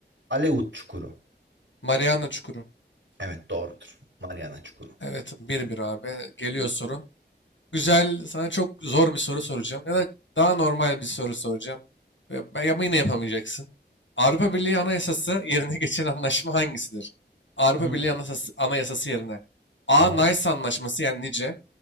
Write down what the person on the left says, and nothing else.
Mariana Çukuru.
Evet, bir bir abi. Geliyor sorun. Güzel, sana çok zor bir soru soracağım. Ya da daha normal bir soru soracağım. Ve- ben- Ama yine yapamayacaksın. Avrupa Birliği Anayasası yerine <laughs> geçen anlaşma hangisidir? Avrupa
Birliği Anayasası, Anayasası yerine. A.
Nice Anlaşması yani nice.